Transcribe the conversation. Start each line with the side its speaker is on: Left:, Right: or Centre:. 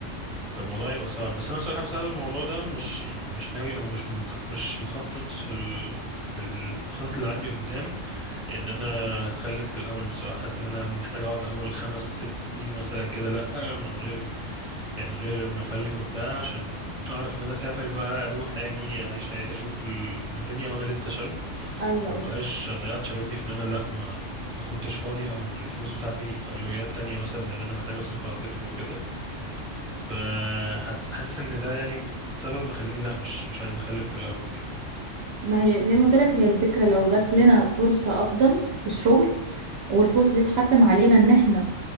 Centre: فالموضوع يبقى صعب بس انا بصراحه بسبب الموضوع ده مش يعني مش ناوي او مش مخ... مش مخطط في ال... في الخطط اللي عندي قدام ان انا هخلف في الاول بصراحه حاسس ان انا محتاج اقعد اول خمس ست سنين مثلا كده لا من غير يعني من غير ما اخلف وبتاع عشان اعرف ان انا اسافر بقى اروح اجي اعيش حياتي اشوف ال- الدنيا وانا لسه شاب
Right: ايوه
Centre: ما
Right: ايوه
Centre: بقاش ضيعت شبابي في ان انا لا ما ما كنتش فاضي او الفلوس بتاعتي في اولويات تانية مثلا زي ان انا محتاج اصرف على طفل وكده فحاسس ان ده يعني سبب مخليني لا مش مش عايز اخلف في الاول
Right: ما هي زي ما قلت لك هي الفكرة لو جات لنا فرصة افضل في الشغل والفرصة دي اتحتم علينا ان احنا